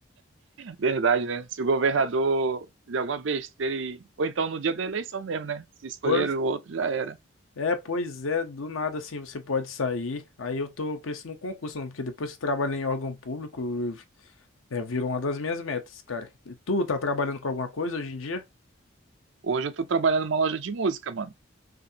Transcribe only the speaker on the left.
Pois
é, pois é, do nada assim você pode sair. Aí eu tô pensando no concurso, mano, porque depois que eu trabalhei em órgão público, eu- é, virou uma das minhas metas, cara. E tu tá trabalhando com alguma coisa hoje em dia?